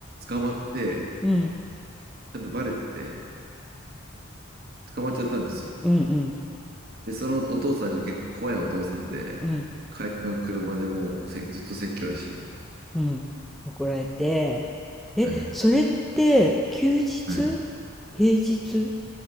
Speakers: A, on the right (about 50°); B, in the centre.
A: 捕まって、
B: うん。
A: ちゃんとバレてて、捕まっちゃったんですよ。
B: うん。うん。
A: で、そのお父さんが結構怖いお父さんで、
B: うん。
A: 帰りの車でもうせずっと説教でしたね。
B: うん。怒られて。え、
A: はい。
B: それって休日
A: はい。
B: 平日